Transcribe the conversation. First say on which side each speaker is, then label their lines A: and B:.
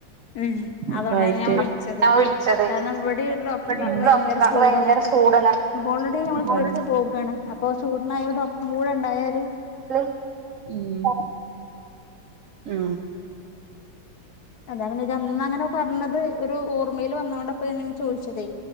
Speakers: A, on the left (about 60°); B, on the right (about 80°).
A: ഉം
B: ഒക്കെ
A: അതോണ്ടന്നെ
B: ആയിട്ട്
A: ഞാൻ വിളിച്ചത്
B: ഞാൻ വിളിച്ചത്
A: കാരണം ഇവിടെ ഒരു ഡോക്ടറെണ്ട്
B: ഇവിടെ
A: ആള്
B: ഒരു
A: ഭയങ്കര
B: ഡോക്ടറുണ്ട് ആള്
A: ചൂടനാണ്
B: ഭയങ്കര ചൂടനാണ്
A: അപ്പൊ ഓൾറെഡി നമ്മള് പേടിച്ച്
B: ഓൾറെഡി
A: പോകാണ് അപ്പൊ ചൂടനായ ഒരു ഡോ ക്കൂടണ്ടായാലും
B: ഉം ആ
A: അതാ പിന്നെ ഇജന്നങ്ങനെ പറഞ്ഞത് ഒരു ഓർമ്മയിൽ വന്നതോണ്ടപ്പന്ന് ചോദിച്ചതേ